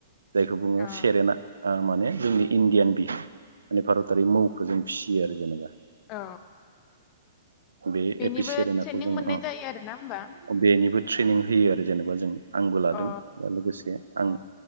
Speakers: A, on the right; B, on the left.
A: जायखौ बुंङो
B: ओ
A: सेरेना। ओ माने जोंनि इण्डियान बि माने भारतारि मौखौ जों फियो आरो जेनेबा।
B: औ
A: बे
B: बेनिबो
A: एपिस सेरेनाखौ
B: ट्रेनिं
A: जोङो
B: मोननाय जायो आरोना होमबा?
A: अ बेनिबो ट्रेनिं होयो आरो जेनेबा जों। आंबो लादों
B: अ
A: दा लोगोसे आं
B: अ